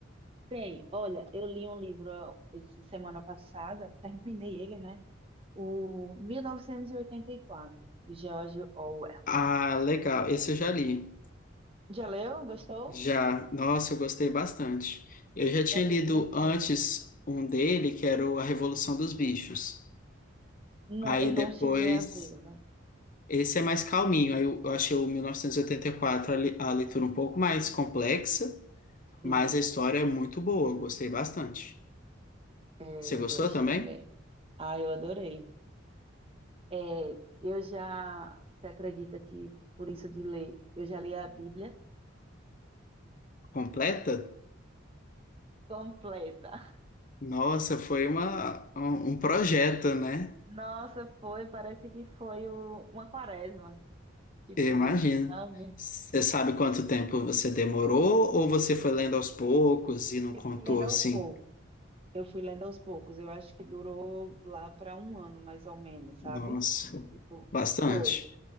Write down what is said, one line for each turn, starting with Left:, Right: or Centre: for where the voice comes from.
Right: Tem, olha, eu li um livro ó, esse semana passada, terminei ele, né? O 1984, de George Orwell.
Left: Ah, legal. Esse eu já li.
Right: Já leu? Gostou?
Left: Já. Nossa, eu gostei bastante. Eu já tinha
Right: É bem
Left: lido
Right: profundo.
Left: antes um dele, que era o A Revolução dos Bichos.
Right: Não,
Left: Aí
Right: eu não
Left: depois,
Right: cheguei a ver, mas
Left: esse é mais calminho. Aí eu, eu achei o 1984 a, li- a leitura um pouco mais complexa,
Right: sim,
Left: mas a história é muito boa, eu gostei bastante.
Right: é,
Left: Você gostou
Right: eu gosto
Left: também?
Right: também. Ah, eu adorei. É, eu já, você acredita que por isso de ler, eu já li a Bíblia
Left: Completa?
Right: completa.
Left: Nossa, foi uma, um, um projeto, né?
Right: Nossa, foi, parece que foi o- uma quaresma, tipo
Left: Eu imagino.
Right: isso, sabe?
Left: Você sabe quanto tempo você demorou ou você foi lendo aos poucos e não
Right: Eu
Left: contou
Right: fui lendo
Left: assim?
Right: aos poucos. Eu fui lendo aos poucos. Eu acho que durou lá para um ano, mais ou menos, sabe?
Left: Nossa,
Right: Tipo,
Left: bastante.
Right: foi,